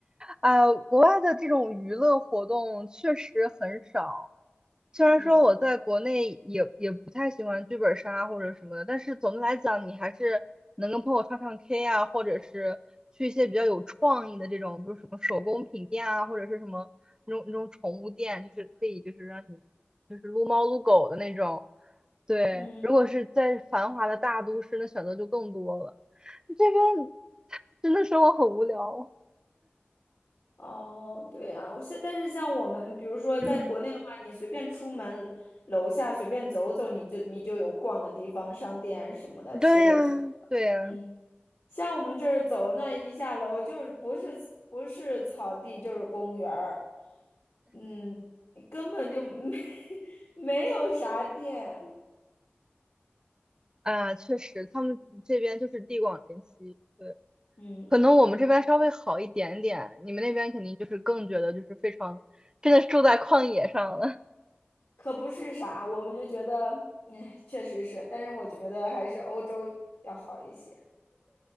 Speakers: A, on the right (about 20°); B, on the left (about 80°).
A: 哎呀，国外的这种娱乐活动确实很少。虽然说我在国内也也不太喜欢剧本杀或者什么的，
B: 嗯
A: 但是总的来讲，你还是能跟朋友唱唱 K 啊，或者是去一些比较有创意的这种，比如什么手工品店啊，或者是什么那种那种宠物店，就是可以就是让你就是撸猫撸狗的那种。对，
B: 嗯，
A: 如果是在繁华的大都市，那选择就更多了。这边 <laughs> 真的生活很无聊。
B: 哦，对啊，我现但是像我们，比如说在国内的话，
A: 嗯，
B: 你随便出门楼下随便走走，你就你就有逛的地方，商店什么的，
A: 对呀，
B: 吃的什么。
A: 对呀，
B: 嗯像我们这儿走那一下楼，就是不是不是草地就是公园儿，嗯，根本就没 <laughs> 没有啥店，
A: 啊，确实，他们这边就是地广人稀，对，
B: 嗯，
A: 可能我们这边稍微好一点点，你们那边肯定就是更觉得就是非常，真的是住在旷野上了。<laughs>
B: 可不是啥，我们就觉得，哎，确实是，但是我觉得还是欧洲要好一些，